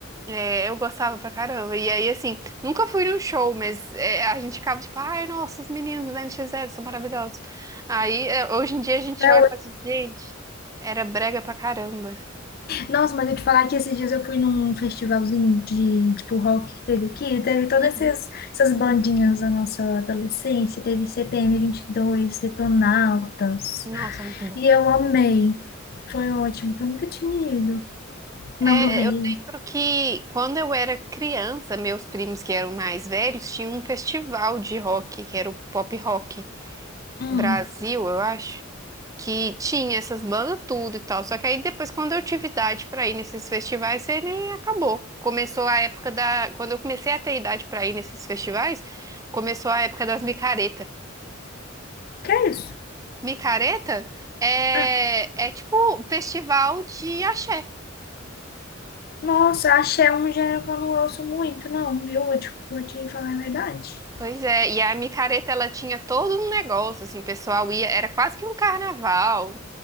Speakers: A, on the right; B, on the left.
A: É, eu gostava pra caramba. E aí, assim, nunca fui num show, mas é, a gente ficava tipo, ai, nossa, os meninos do NX Zero são maravilhosos. Aí, é, hoje em dia a gente
B: Até
A: olha e fala assim, gente, era brega pra caramba.
B: Nossa, mas eu te falar que esses dias eu fui num festivalzinho de, tipo, rock que teve aqui, e teve todas
A: Uhum.
B: essas, essas bandinhas da nossa adolescência, teve CPM 22, Detonautas,
A: Nossa, muito bom.
B: e eu amei. Foi ótimo, que eu nunca tinha ido.
A: É,
B: Não do Rei.
A: eu lembro que quando eu era criança, meus primos que eram mais velhos tinham um festival de rock, que era o Pop Rock
B: Hum,
A: Brasil, eu acho. que tinha essas bandas tudo e tal. Só que aí depois, quando eu tive idade pra ir nesses festivais, ele acabou. Começou a época da. Quando eu comecei a ter idade pra ir nesses festivais, começou a época das micareta.
B: que é isso?
A: Micareta é,
B: Ah,
A: é tipo um festival de axé.
B: nossa, axé é um gênero que eu não ouço muito, não, viu? Vou te, vou te falar a verdade.
A: Pois é, e a micareta ela tinha todo um negócio, assim, o pessoal ia, era quase que um carnaval.